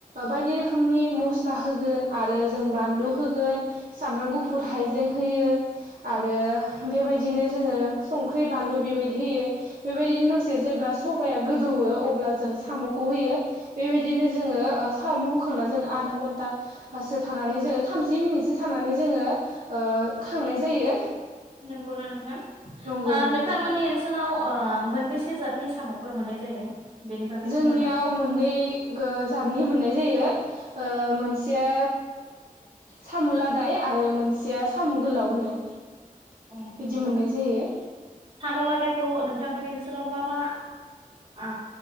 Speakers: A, on the right; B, on the right.
A: बायदि रोखोमनि मस्ला होगोन आरो जों बानलु होगोन सामब्राम गुफुर हाइजें होयो आरो बेबायदिनो जोङो संख्रि बानलु बेबायदि होयो बेबायदिनो दसे जेब्ला सबाया गोदौवो अब्ला जों साम खौ होयो बेबायदिनो जोङो साम होखांना जों आधा घन्टा सो थानानै जोङो थामजि मिनिटसो थानानै जोङो ओ खांनाय जायो
B: नंगौना नोंथां
A: नंगौ
B: ओ
A: नंगौ
B: नोंथांमोननि ओनसोलाव ओ मोनबेसे जातनि साम'फोर मोननाय जायो? बेनि बागै
A: जोंनियाव
B: बुंनो हागोन?
A: मोननै गो जातनि मोननाय जायो ओ मोनसेया साम' लादाय आरो मोनसेया साम' गोलाव होनो
B: अ
A: बिदि
B: नंगौना
A: मोननाय जायो
B: साम' लादायखौ नों नोंथांमोननि ओनसोलाव मा मा आ